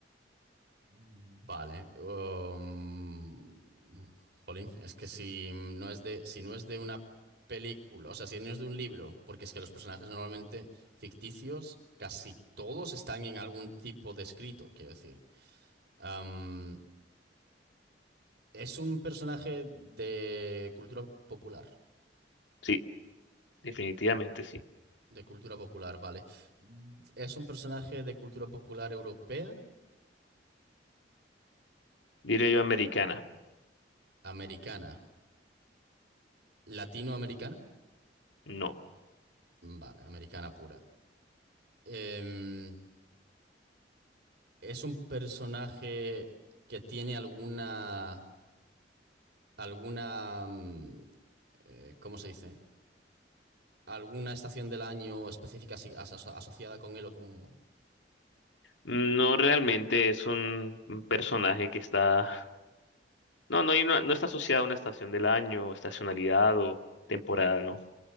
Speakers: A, on the right; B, on the left.
A: Vale. Um, jolín, es que si no es de, si no es de una película, o sea, si no es de un libro, porque es que los personajes normalmente ficticios, casi todos están en algún tipo de escrito, quiero decir. Am, es un personaje de cultura popular.
B: Sí, definitivamente sí.
A: De cultura popular, vale. Mm, ¿Es un personaje de cultura popular europea,
B: Diré yo americana.
A: americana, latinoamericana?
B: No.
A: Vale, americana pura. Em, ¿es un personaje que tiene alguna, alguna, mm, eh, ¿cómo se dice? ¿Alguna estación del año específica asi- aso- aso- asociada con él o con...
B: No realmente es un un personaje que está. No, no, y no, no está asociado a una estación del año, o estacionalidad o temporada, no.